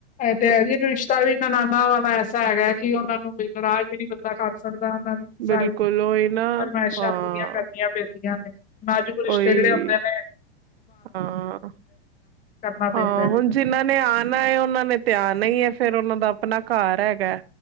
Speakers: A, on the left; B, on the right.
A: ਤੇ ਰਿਸ਼ਤਾ ਵੀ ਨ ਨਾਨਾਵਾ ਐਸਾ ਹੈਗਾ ਕਿ ਉਹਨਾਂ ਨੂੰ ਨਰਾਜ਼ ਵੀ ਨੀ ਬੰਦਾ ਕਰ ਸਕਦਾ ਉਹਨਾਂ ਦੀ
B: ਬਿਲਕੁਲ
A: ਸਾਰੀ
B: ਉਹੀ ਨਾ
A: ਫਰਮਾਇਸ਼ਾਂ
B: ਹਾਂ
A: ਪੂਰੀਆਂ ਕਰਨੀਆਂ ਪੈਂਦੀਆਂ ਨੇ ਨਾਜੂਕ ਰਿਸ਼ਤੇ
B: ਉਹੀ
A: ਜਿਹੜੇ ਮੈਂਮ
B: ਹਾਂ
A: ਕਰਨਾ
B: ਹਾਂ
A: ਪੈਂਦਾ
B: ਹੁਣ
A: ਹੈ
B: ਜਿਨਾਂ ਨੇ ਆਉਣਾ ਹੈ ਉਹਨਾਂ ਨੇ ਉਹ ਨੇ ਤੇ ਆਨਾ ਹੀਂ ਹੈ ਫੇਿਰ ਉਹਨਾਂ ਦਾ ਆਪਣਾ ਘਰ ਹੈਗਾ